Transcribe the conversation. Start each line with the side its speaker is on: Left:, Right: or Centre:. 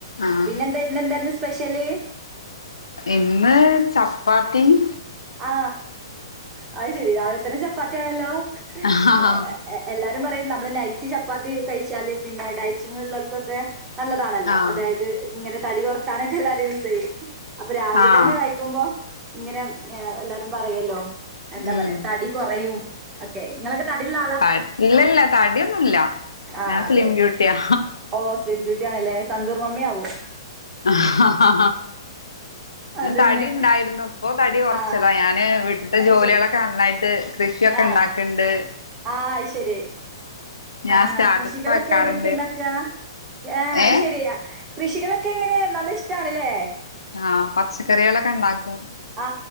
Left: ആഹ്
Right: പിന്നെ എന്താ ഇന്നെന്തായിരുന്നു സ്പെഷ്യല്-
Left: ഇന്ന് ചപ്പാത്തീം-
Right: ആ അത് ശെരി രാവിലെ തന്നെ ചപ്പാത്തിയാണല്ലോ
Left: ആഹ്
Right: എല്ല എല്ലാരും പറയും നമ്മള് നൈറ്റ് ചപ്പാത്തി കഴിച്ചാല് പിന്നെ ഡയറ്റിങ്ങ് ഉള്ളവർക്കൊക്കെ നല്ലതാണല്ലോ
Left: ആഹ്
Right: അതായത് ഇങ്ങനെ തടി കുറക്കാനൊക്കെ എല്ലാരും യൂസ് ചെയ്യും അപ്പൊ രാവിലെ
Left: ആഹ് ആഹ്
Right: തന്നെ കഴിക്കുമ്പോ ഇങ്ങനെ എല്ലാരും പറയല്ലോ എന്താ
Left: ഉം
Right: പറയാ തടി കൊറയും ല്ലേ നിങ്ങളൊക്കെ തടിയുള്ള
Left: തടി ഇല്ലല്ല തടിയൊന്നുമില്ല
Right: ആഹ്
Left: ഞാൻ
Right: അതെ
Left: സ്ലിം ബ്യൂട്ടിയാ
Right: ഓ സ്ലിം ബ്യൂട്ടി ആണല്ലേ സന്തൂർ മമ്മി ആവും
Left: ആ ആ ഞാൻ
Right: അതന്നെ
Left: തടി ഉണ്ടായിരുന്നു ഇപ്പൊ തടി കുറച്ചതാ
Right: ആഹ്
Left: ഞാന് ഇ
Right: അത്
Left: ജോലികളൊക്കെ
Right: ശരി
Left: നന്നായിട്ട് കൃഷിയൊക്കെ
Right: ആഹ്
Left: ഉണ്ടാക്ക്ണ്ട്
Right: ആഹ് ശരി
Left: ഞാൻ
Right: ആഹ
Left: സ്റ്റാറ്റസ്
Right: കൃഷികളൊക്കെ
Left: ഒക്കെ വെക്കാറുണ്ട്
Right: ഏതൊക്കെയാ ഉണ്ടാക്കുക ആ അത്
Left: ഏ
Right: ശരിയാ കൃഷികളൊക്കെ എങ്ങനെ നല്ല ഇഷ്ടാണല്ലേ
Left: ആ പച്ചക്കറികളൊക്കെ ഉണ്ടാക്കും
Right: ആ